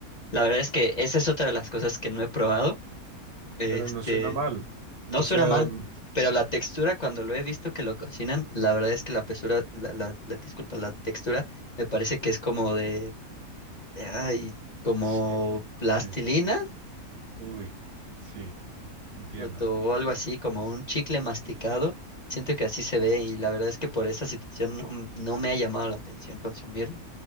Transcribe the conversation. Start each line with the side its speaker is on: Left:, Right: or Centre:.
Left: La verdad es que esa es otra de las cosas que no he probado. Este,
Right: pero no suena mal.
Left: no
Right: O
Left: suena
Right: sea,
Left: mal, pero la textura, cuando lo he visto que lo cocinan, la verdad es que la pesura, la, la, la- disculpa, la textura me parece que es como de, ay, como
Right: sí,
Left: plastilina
Right: sí, sí. uy, sí, entiendo.
Left: o, o algo así, como un chicle masticado. Siento que así se ve y la verdad es que por esa situación no, m- no me ha llamado la atención consumirlo.